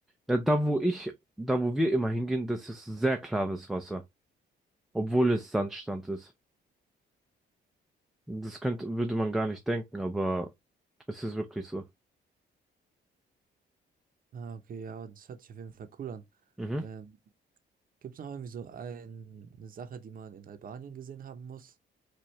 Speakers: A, in the centre; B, on the right.
A: ja, da wo ich, da wo wir immer hingehen, das ist sehr klares Wasser, obwohl es Sandstrand ist. Das könnte, würde man gar nicht denken, aber es ist wirklich so.
B: Ah, okay, ja, das hört sich auf jeden Fall cool an.
A: Mhm.
B: Ähm, Gibt es noch irgendwie so ein, eine Sache, die man in Albanien gesehen haben muss?